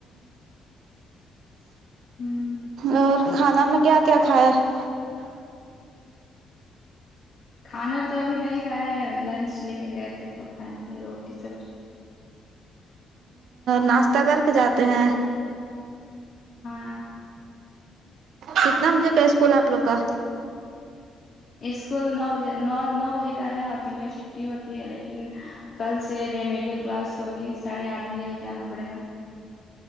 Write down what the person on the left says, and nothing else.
ہوں
کھانا تو ابھی نہیں کھائے ہے لنچ لے کے گئے تھے تو کھائے تھے روٹی سبزی
ہاں
اسکول نو بجے نو نو بجے کا ہے اور تین بجے چھٹی ہوتی ہے لیکن کل سے ریمیڈیل کلاس ہوگی ساڑھے آٹھ بجے ہی جانا پڑے گا